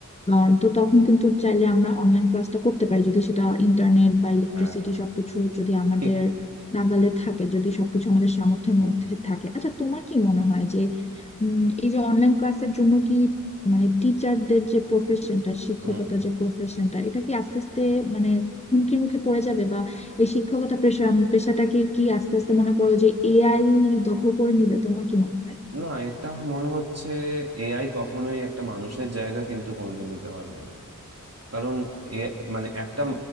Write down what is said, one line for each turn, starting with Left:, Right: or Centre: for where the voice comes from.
Left: আহ, তো তখন কিন্তু চাইলে আমরা অনলাইন ক্লাসটা করতে পারি যদি সেটা ইন্টারনেট বা ইলেকট্রিসিটি
Right: হ্যাঁ
Left: সবকিছু যদি আমাদের
Right: ঠিকই
Left: নাগালে থাকে যদি সবকিছু আমাদের সামর্থ্যের
Right: হুম
Left: মধ্যে থাকে আচ্ছা তোমার কি মনে হয় যে উম এই যে অনলাইন ক্লাসের জন্য কি মানে টিচারদের যে প্রফেশনটা শিক্ষকতা
Right: হুম
Left: যে প্রফেশনটা এটা কি আস্তে আস্তে মানে হুমকির মুখে পড়ে যাবে এই শিক্ষকতা পেশা পেশাটাকে কি আস্তে আস্তে মনে করো যে এআই দখল করে নিবে তোমার কি মনে হয়
Right: না এটা মনে হচ্ছে এআই কখনোই একটা মানুষের জায়গা কিন্তু কোনোদিন নিতে পারবে না কারণ এ মানে একটা